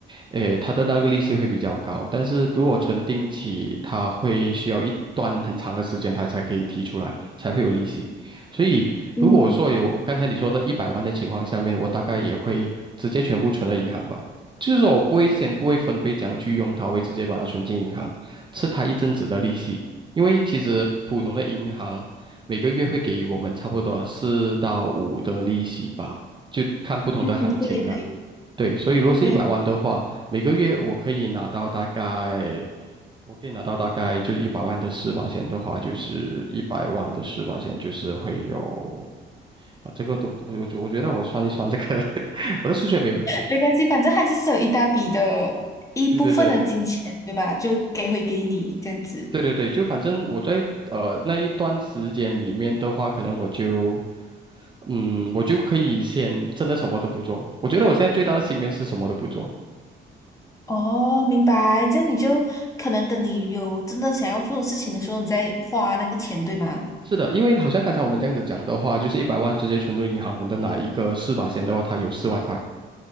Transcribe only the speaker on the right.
诶，它的那个利息会比较高，但是如果存定期，它会需要一段很长的时间，它才可以提出来，才会有利息。所以如果说有刚才你说的一百万的情况下面，
我大概也会直接全部存到银行吧。就是说我不会先不会分配怎样去用它，我会直接把它存进银行，吃它一阵子的利息。因为其实普通的银行。每个月会给我们差不多四到五的利息吧，就看不同的行情了。
对，所以如果是一百万的话，
每个月我可以拿到大概，我可以拿到大概就是一百万的四八线的话，就是一百万的四八线就是会有啊，这个东我我我觉得我算一算这个，<laughs> 我的数学没有很好。
对对对。
对对对，就反正我在呃那一段时间里面的话，可能我就，嗯，我就可以先真的什么都不做。我觉得我现在最大的心愿是什么都不做。
是的，因为好像刚才我们这样子讲的话，就是一百万直接存入银行，我们的哪一个四把钱的话，它有四万块